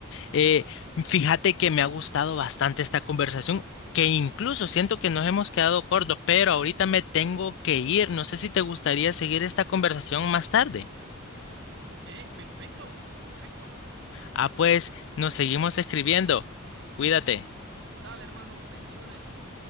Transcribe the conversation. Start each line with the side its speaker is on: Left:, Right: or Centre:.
Left: Eh, fíjate que me ha gustado bastante esta conversación, que incluso siento que nos hemos quedado cortos, pero ahorita me tengo que ir. No sé si te gustaría seguir esta conversación más tarde.
Right: Es perfecto, perfecto.
Left: Ah, pues nos seguimos escribiendo. Cuídate.
Right: Dale, hermano, bendiciones.